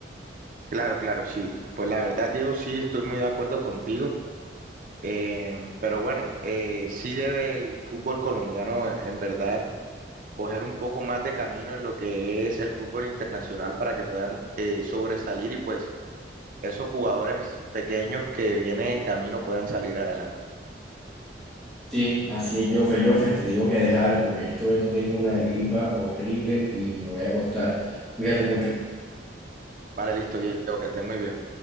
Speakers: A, on the right (about 45°); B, in the centre.
A: Claro, claro, sí. Pues la verdad, Diego, sí, estoy muy de acuerdo contigo. Em, pero bueno, eh, sí debe el fútbol colombiano eh, en verdad coger un poco más de camino en lo que es el fútbol internacional para que puedan eh, sobresalir y pues esos jugadores pequeños que vienen en camino puedan salir adelante.
B: Sí, así es, Jofe, Jofe, te tengo que dejar porque en este momento tengo una gripa horrible y me voy a acostar. Cuídate mucho.
A: Vale, listo, Diego, que esté muy bien.